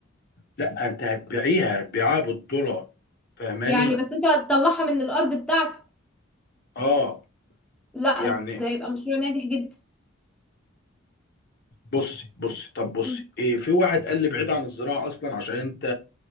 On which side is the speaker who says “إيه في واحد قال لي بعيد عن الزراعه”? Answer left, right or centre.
Left